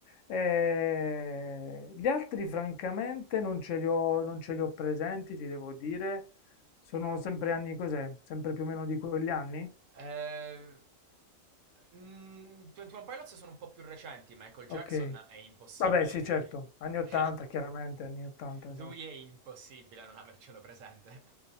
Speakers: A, on the left; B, on the right.
A: Eh, gli altri, francamente, non ce li ho, non ce li ho presenti, ti devo dire. Sono sempre anni cos'è? Sempre più o meno di quegli anni?
B: Eh, mm, 21 Pilots sono un po' più recenti, Michael Jackson
A: Ok.
B: è impossibile.
A: Vabbè, sì, certo, anni 80,
B: <laughs>
A: chiaramente, anni 80,
B: Lui
A: certo.
B: è impossibile non avercelo presente.